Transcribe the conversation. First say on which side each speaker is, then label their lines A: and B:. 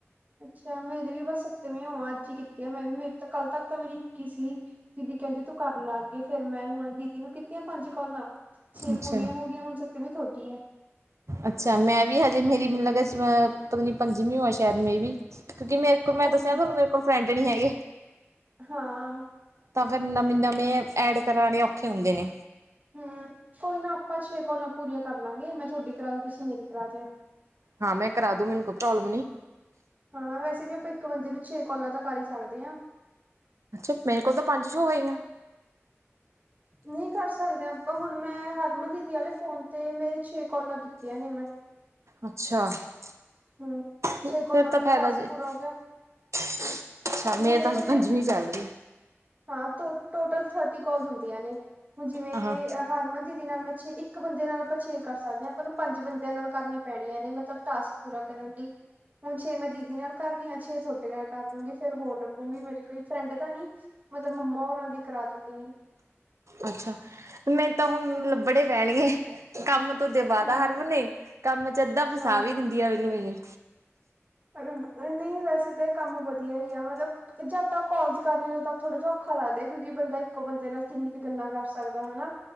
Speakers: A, on the right; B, on the right.
A: ਅੱਛਾ ਮੇਰੀ ਵੀ ਬਸ ਸੱਤਵੀਂ ਹੋਵਾਂ ਅੱਜ ਹੀ ਕੀਤੀ ਹੈ, ਮੈਂ ਵੀ ਮੇਰੀ ਤਾਂ ਕੱਲ ਤੱਕ ਤਾਂ ਮੇਰੀ ਇੱਕ ਈ ਸੀ, ਦੀਦੀ ਕਹਿੰਦੀ ਤੂੰ ਕਰ ਲਾ ਅੱਗੇ ਫੇਰ ਮੈਂ ਹੁਣ ਇਹਦੀ ਜਿਹਨੂੰ ਕੀਤੀਆਂ ਪੰਜ ਕਾਲਾਂ, ਛੇ
B: ਅੱਛਾ।
A: ਪੂਰੀਆਂ ਹੋ ਗਈਆਂ ਹੁਣ ਸੱਤਵੀਂ ਥੋਡੀ ਹੈ।
B: ਅੱਛਾ, ਮੈਂ ਵੀ ਹਜੇ ਮੇਰੀ ਮੈਨੂੰ ਲਗਦਾ ਏਸ ਵਾਰ ਪਤਾ ਨਹੀਂ ਪੰਜਵੀਂ ਹੋਵੇ ਸ਼ਾਇਦ ਮੇ ਵੀ, ਕਿਉਂਕਿ ਮੈ ਇੱਕ
A: ਕੋਈ
B: ਮੈਂ ਦੱਸਿਆ
A: ਨਾ
B: ਤੁਹਾਨੂੰ ਮੇਰੇ ਕੋਲ ਫਰੈਂਡ ਨੀ ਹੈਗੇ।
A: ਹਾਂ।
B: ਤਾਂ ਫੇਿਰ ਨਵੇਂ ਨਵੇਂ ਐਡ ਕਰਾਣੇ ਔਖੇ ਹੁੰਦੇ ਨੇ।
A: ਹੂੰ ਕੋਈ ਨਾ ਆਪਾਂ ਛੇ ਕੋਲਾਂ ਪੂਰੀਆਂ ਕਰ ਲਾਂਗੇ ਮੈਂ ਤੁਹਾਡੀ ਕਰਾ ਦੂ ਤੁਸੀਂ ਮੇਰੀ ਕਰਾ ਦਿਓ।
B: ਹਾਂ ਮੈਂ ਕਰਾ ਦੂ ਮੈਨੂੰ ਕੋਈ ਪ੍ਰੋਬਲਮ ਨਹੀ।
A: ਹਾਂ ਵੈਸੇ ਵੀ ਆਪਾਂ ਇੱਕ ਬੰਦੇ ਨੂੰ ਛੇ ਕਾਲਾਂ ਤਾਂ ਕਰ ਹੀ ਸਕਦੇ ਹਾਂ।
B: ਅੱਛਾ ਮੇਰੇ ਕੋਲ ਤਾਂ ਪੰਜ ਸ਼ੋ ਹੋਈਆ।
A: ਨਹੀਂ ਕਰ ਸਕਦੇ ਆਪਾਂ ਹੁਣ ਮੈਂ ਹਰਮਨ ਦੀਦੀ ਵਾਲੇ ਫੋਨ ਤੇ ਮੇਰੇ ਛੇ ਕਾਲਾਂ ਕੀਤੀਆਂ ਨੇ ਮੈਂ।
B: ਅੱਛਾ-ਫਿਰ
A: ਹੂੰ ਛੇ ਕੋਲਾਂ
B: ਤਾਂ
A: ਦਾ ਮੇਰਾ
B: ਫਾਇਦਾ
A: ਟਾਸਕ
B: ਜੇ
A: ਪੂਰਾ ਹੋ ਗਿਆ
B: ਅੱਛਾ ਮੇਰੀ
A: ਹੁਣ ਦੇਖੋ
B: ਤਾਂ ਹਜੇ
A: ਜਿਵੇਂ
B: ਪੰਜਵੀਂ ਚੱਲ ਰਹੀ।
A: ਹਾਂ ਟੋਟਲ ਥਰਟੀ ਕੋਲਜ ਹੁੰਦੀਆਂ ਨੇ, ਹੁਣ ਜਿਵੇਂ
B: ਆਹਾਂ
A: ਹਰਮਨ ਜੀ ਦੀ ਨਾਲ ਮੈਂ ਛੇ ਇੱਕ ਇੱਕ ਬੰਦੇ ਨਾਲ ਆਪਾਂ ਛੇ ਕਰ ਸਕਦੇ ਹਾਂ ਆਪਾਂ ਨੂੰ ਪੰਜ ਬੰਦਿਆਂ ਨਾਲ ਕਰਨੀ ਪੈਣੀਆਂ ਨੇ ਮਤਲਬ ਟਾਸਕ ਪੂਰਾ ਕਰਨ ਲਈ। ਹੁਣ ਛੇ ਮੈਂ ਦੀਦੀ ਨਾਲ ਕਰ ਲਈ ਆ ਛੇ ਤੁਹਾਡੇ ਨਾਲ ਕਰ ਲੂੰਗੀ ਫੇਰ ਹੋਰ ਲੱਭੂਗੀ ਮੇਰੀ ਕੋਈ ਫਰੈਂਡ ਤਾਂ ਨੀ। ਮਤਲਬ ਮੰਮਾ ਹੋਰਾਂ ਦੀ ਕਰਾ ਦੂਗੀ।
B: ਅੱਛਾ! ਮੇਰੇ ਤਾਂ ਹੁਣ
A: ਹਾਂ
B: ਲੱਭਣੇੇ ਪੈਣਗੇ। ਕੰਮ ਤੋਂ ਦਵਾ
A: ਹਾਂ
B: ਦਾ ਹਰਮਨ ਨੇ, ਕੰਮ 'ਚ ਅੱਧਾ
A: ਹਾਂ
B: ਫਸਾ ਵੀ ਦਿੰਦੀ ਆ ਮੈਨੂੰ ਇਹੇ।
A: ਨਹੀਂ ਵੈਸੇ ਤਾਂ ਇਹ ਕੰਮ ਵਧੀਆ ਹੀ ਆ ਮਤਲਬ ਤੇ ਜਦ ਤੱਕ ਕੱਲਸ ਕਰਨੇ ਤੱਬ ਥੋੜਾ ਜ ਔਖਾ ਲੱਗਦਾ ਕਿਉਕਿ ਬੰਦਾ ਇੱਕੋ ਬੰਦੇ ਨਾਲ ਕਿੰਨੀ ਕੁ ਗੱਲਾਂ ਕਰ ਸਕਦਾ‌ ਹਨਾ